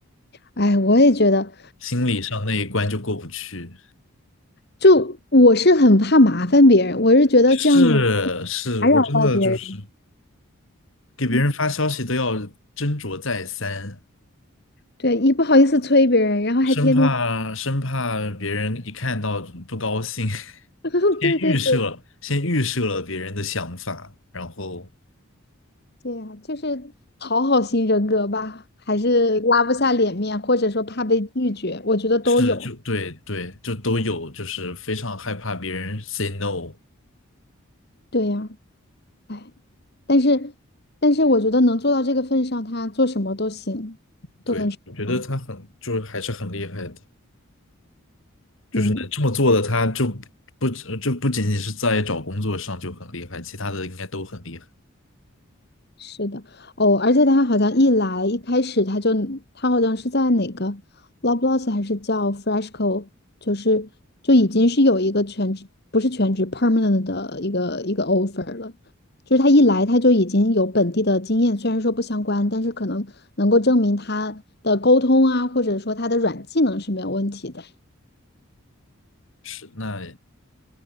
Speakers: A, on the left (about 50°); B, on the left (about 65°).
A: 哎，我也觉得，啊，
B: 心理上那一关就过不去。
A: 就我是很怕麻烦别人，我是觉得这样子
B: 是是，
A: 打扰到别人，
B: 我真的就是给别人发消息都要斟酌再三，
A: 嗯对，一不好意思催别人，然后还天天，
B: 生怕生怕别人一看到不高兴，<laughs>
A: <laughs>
B: 先预设先预设了别人的想法，
A: 对对对，
B: 然后。
A: 对呀，就是讨好型人格吧，还是拉不下脸面，或者说怕被拒绝，我觉得都有。
B: 是就对对，就都有，就是非常害怕别人 say no。
A: 对呀。哎，但是但是我觉得能做到这个份上，他做什么都行，
B: 对，
A: 都能成功。
B: 我觉得他很就是还是很厉害的，就是能这么做的，
A: 嗯，
B: 他就不只就不仅仅是在找工作上就很厉害，其他的应该都很厉害。
A: 是的，哦，而且他好像一来一开始他就他好像是在哪个 l o b l o s s 还是叫 Freshco，就是就已经是有一个全职不是全职 permanent 的一个一个 offer 了。就是他一来他就已经有本地的经验，虽然说不相关，但是可能能够证明他的沟通啊，或者说他的软技能是没有问题的。
B: 是，那